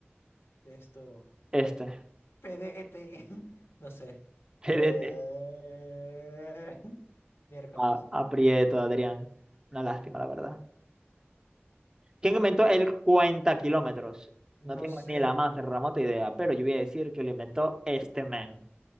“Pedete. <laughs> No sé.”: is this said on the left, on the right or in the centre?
Left